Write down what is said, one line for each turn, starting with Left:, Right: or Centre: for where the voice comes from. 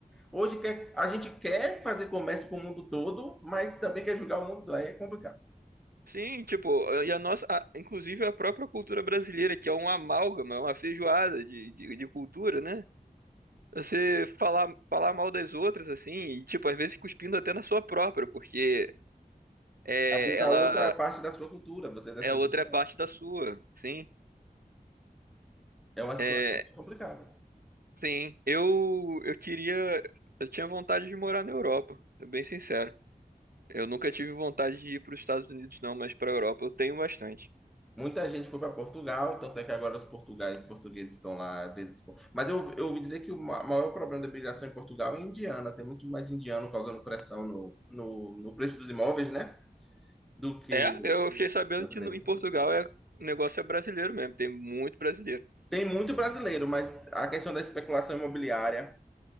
Centre: hoje quer, a gente quer fazer comércio com o mundo todo, mas também quer julgar o mundo, aí é complicado.
Right: sim, tipo, e a nossa, a- inclusive a própria cultura brasileira, que é um amálgama, é uma feijoada de, de, de cultura, né? Você falar, falar mal das outras, assim, e, tipo, às vezes cuspindo até na sua própria, porque é,
Centre: Às vezes
Right: ela
Centre: a outra é parte da sua cultura, você é descendente
Right: é outra parte da sua, sim.
Centre: É uma situação
Right: É,
Centre: complicada.
Right: sim, eu, eu queria, eu tinha vontade de morar na Europa, sou bem sincero. Eu nunca tive vontade de ir para os Estados Unidos, não, mas para a Europa eu tenho bastante.
Centre: Muita gente foi para Portugal, tanto é que agora os portugais, portugueses estão lá desesco- Mas eu, eu ouvi dizer que o ma- maior problema da imigração em Portugal é indiana. Tem muito mais indiano causando pressão no, no, no preço dos imóveis, né? Do que
Right: É, eu fiquei sabendo
Centre: brasileiro.
Right: que no- em Portugal é, o negócio é brasileiro mesmo, tem muito brasileiro.
Centre: Tem muito brasileiro, mas a questão da especulação imobiliária,